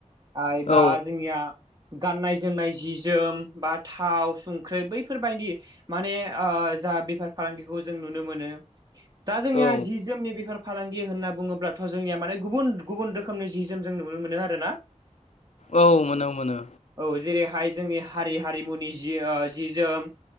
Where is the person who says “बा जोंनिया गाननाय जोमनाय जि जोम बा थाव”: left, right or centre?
Right